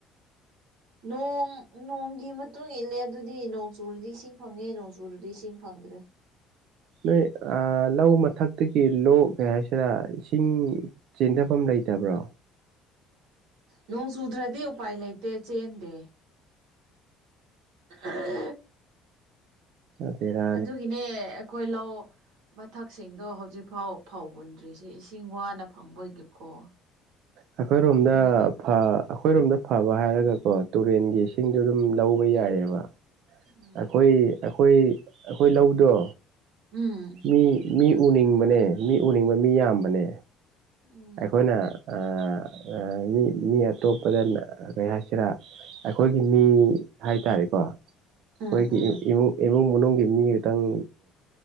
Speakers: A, on the right; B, on the right.
A: ꯅꯣꯡ ꯅꯣꯡꯒꯤ ꯃꯇꯨꯡ ꯏꯜꯂꯦ ꯑꯗꯨꯗꯤ ꯅꯣꯡ ꯆꯨꯔꯗꯤ ꯏꯁꯤꯡ ꯐꯪꯉꯦ ꯅꯣꯡꯆꯨꯔꯗꯤ ꯏꯁꯤꯡ ꯐꯪꯗ꯭ꯔꯦ꯫
B: ꯅꯣꯏ ꯑꯥ ꯂꯧ ꯃꯊꯛꯇꯒꯤ ꯂꯣꯛ ꯀꯩ ꯍꯥꯏꯁꯤꯔ ꯏꯁꯤꯡ ꯆꯦꯟꯗꯐꯝ ꯂꯩꯇꯕ꯭ꯔꯣ꯫
A: ꯅꯣꯡ ꯆꯨꯗ꯭ꯔꯗꯤ ꯎꯄꯥꯏ ꯂꯩꯇꯦ ꯆꯦꯟꯗꯦ꯫ <unintelligible>
B: ꯅꯠꯇꯦꯗ꯫
A: ꯑꯗꯨꯒꯤꯅꯦ ꯑꯩꯈꯣꯏ ꯂꯧ ꯃꯊꯛꯁꯤꯡꯗꯣ ꯍꯧꯖꯤꯛꯐꯥꯎ ꯐꯧ ꯍꯨꯟꯗ꯭ꯔꯤꯁꯦ ꯏꯁꯤꯡ ꯋꯥꯅ ꯐꯪꯕꯒꯤꯀꯣ꯫
B: ꯑꯩꯈꯣꯏꯔꯣꯝꯗ
A: ꯑꯗꯨꯒꯤꯅꯦꯕ
B: ꯐ ꯑꯩꯈꯣꯏꯔꯣꯝꯗ ꯐꯕ ꯍꯥꯏꯔꯒꯀꯣ ꯇꯨꯔꯦꯟꯒꯤ ꯏꯁꯤꯡꯗꯨ ꯑꯗꯨꯝ ꯂꯧꯕ ꯌꯥꯏꯌꯦꯕ꯫
A: ꯎꯝ
B: ꯑꯩꯈꯣꯏ ꯑꯩꯈꯣꯏ ꯑꯩꯈꯣꯏ ꯂꯧꯗꯣ꯫
A: ꯎꯝ꯫
B: ꯃꯤ ꯃꯤ ꯎꯅꯤꯡꯕꯅꯦ ꯃꯤ ꯎꯅꯤꯡꯕ ꯃꯤ ꯌꯥꯝꯕꯅꯦ
A: ꯎꯝ
B: ꯑꯩꯈꯣꯏꯅ ꯑꯥ ꯃꯤ ꯃꯤ ꯑꯇꯣꯞꯄꯗ ꯀꯩ ꯍꯥꯏꯁꯤꯔꯥ ꯑꯩꯈꯣꯏꯒꯤ ꯃꯤ ꯍꯥꯏꯇꯥꯔꯦꯀꯣ꯫ ꯑꯩꯈꯣꯏꯒꯤ
A: ꯎꯝ ꯎꯝ
B: ꯏꯃꯨꯡ ꯏꯃꯨꯡ ꯃꯅꯨꯡꯒꯤ ꯃꯤ ꯈꯥꯇꯪ